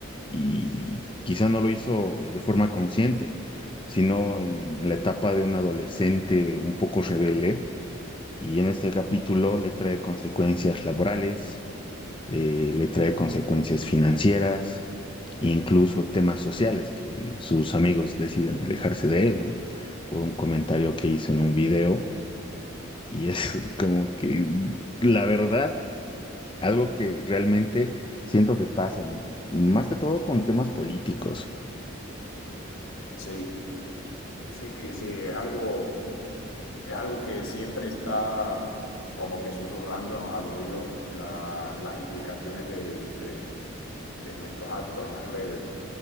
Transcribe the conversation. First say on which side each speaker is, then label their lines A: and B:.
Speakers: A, on the left; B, on the left.
A: y quizá no lo hizo eh, de forma consciente, sino en, en la etapa de un adolescente un poco rebelde. Y en este capítulo le trae consecuencias laborales, eh, le trae consecuencias financieras, incluso temas sociales, que sus amigos deciden alejarse de él, ¿no? Por un comentario que hizo en un video. Y es <laughs> como que, la verdad, algo que realmente siento que pasa, m- más que todo con temas políticos.
B: Sí, sí, sí, es algo, es algo que siempre está como que susurrándonos al oído la- las implicaciones de, de de nuestros actos en las redes.